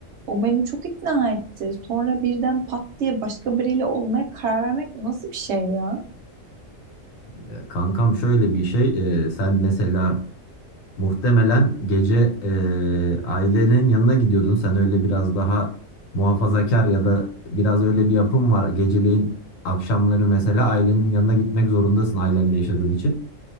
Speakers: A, on the right (about 65°); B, on the left (about 75°).
A: O beni çok ikna etti. Sonra birden pat diye başka biriyle olmaya karar vermek nasıl bir şey ya?
B: Ya Kankam şöyle bir şey. e, sen mesela muhtemelen gece e, ailenin yanına gidiyordun. Sen öyle biraz daha muhafazakar ya da biraz öyle bir yapım var. Geceleyin akşamları mesela ailenin yanına gitmek zorundasın ailenle yaşadığın için.